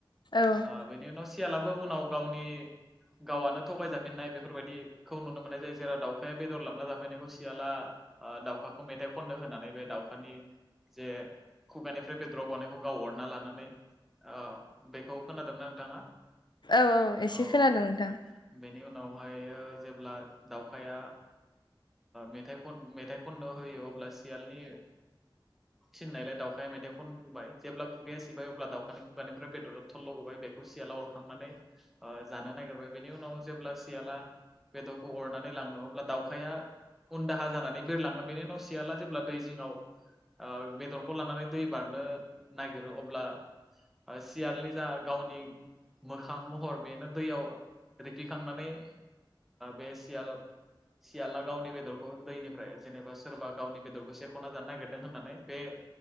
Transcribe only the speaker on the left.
औ
औ औ एसे
खोनादों नोंथां।